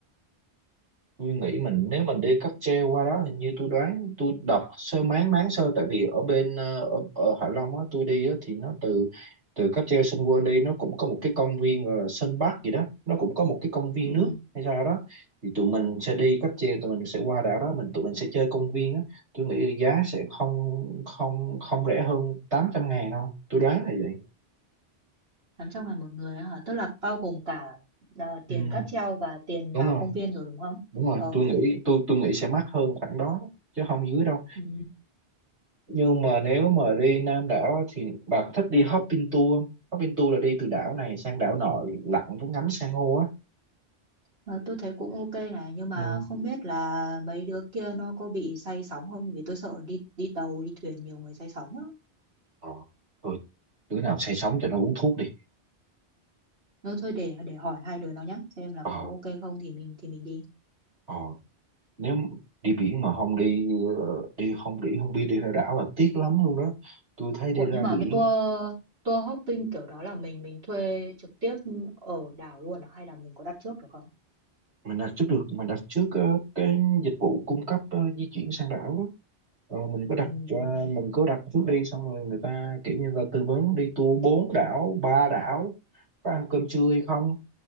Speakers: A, on the right; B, on the right.
A: tôi nghĩ mình nếu mình đi cáp treo qua đó hình như tôi đoán tôi đọc sơ máng máng sơ tại vì ở bên ờ, ở, ở Hạ Long á tôi đi á thì nó từ từ cáp treo Sun World đi nó cũng có một cái công viên gọi là Sun Park gì đó nó cũng có một cái công viên
B: Ừ,
A: nước hay sao đó thì tụi mình sẽ đi cáp treo tụi mình sẽ qua đảo đó mình tụi mình sẽ chơi công viên á tôi nghĩ là giá sẽ không không không rẻ hơn tám trăm ngàn đâu tôi đoán là vậy
B: 800 ngàn một người á hả? Tức là bao gồm cả à,
A: ừ,
B: tiền cáp treo và tiền
A: đúng
B: vào
A: rồi
B: công viên rồi đúng không?
A: đúng rồi
B: Ok.
A: tôi nghĩ tôi tôi nghĩ sẽ mắc hơn khoảng đó chứ không dưới đâu
B: Ừ.
A: nhưng mà nếu mà đi Nam đảo á, thì bà có thích đi hopping tour không? Hopping tour là đi từ đảo này sang đảo nọ lặn với ngắm san hô á.
B: Ờ, tôi thấy cũng ok này nhưng mà
A: Ừ.
B: không biết là mấy đứa kia nó có bị say sóng không vì tôi sợ đi đi tàu đi thuyền nhiều người say sóng á.
A: Ờ, Thôi đứa nào say sóng cho nó uống thuốc đi.
B: Nếu thôi để để hỏi hai đứa nó nhá xem là
A: Ờ,
B: có ok không thì mình thì mình đi.
A: ờ, nếu đi biển mà không đi ờ, đi không đi không biết đi ra đảo là tiếc lắm luôn đó. Tôi thấy đi
B: Ủa
A: ra
B: nhưng mà
A: biển
B: cái tour tour hopping kiểu đó là mình mình thuê trực tiếp ở đảo luôn à? hay là mình có đặt trước được không?
A: mình đặt trước được mình đặt trước ờ, cái dịch vụ cung cấp ờ, di chuyển sang đảo đó. Ờ, mình cứ đặt
B: Ừm,
A: cho mình cứ đặt trước đi xong rồi người ta kiểu như là tư vấn đi tour bốn đảo ba đảo có ăn cơm trưa hay không